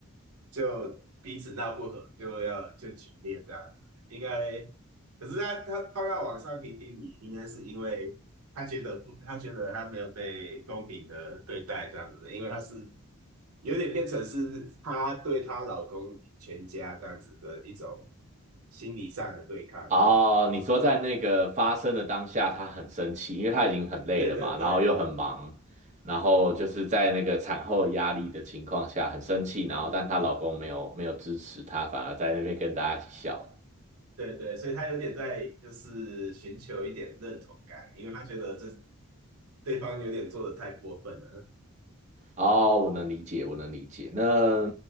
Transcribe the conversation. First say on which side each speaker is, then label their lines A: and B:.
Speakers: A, on the right; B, on the right.
A: 就彼此闹不和，就要就决裂这样。应该，可是他他放到网上评评理，应该是因为他觉得不，他觉得他没有被公平的对待这样子，因为他是有点变成是他对她老公全家这样子的一种心理上的对抗。
B: 哦，你说在那个发生的当下，她很生气，因为她已经很累了嘛，
A: 对对对，
B: 然后又很忙，然后就是在那个产后压力的情况下很生气，然后但她老公没有没有支持她，
A: 嗯嗯，
B: 反而在那边跟大家一起笑。
A: 对对，所以他有点在就是寻求一点认同感，因为他觉得这对方有点做的太过分了。
B: 哦，我能理解，我能理解。那